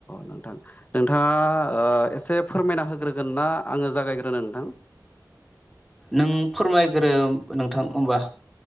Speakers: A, on the left; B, in the centre.
A: नोंथां नोंथाङा ओ एसे फोरमायना होग्रोगोन ना आङो जागायग्रोनो नोंथां?
B: नों फोरमायग्रो नोंथां होमबा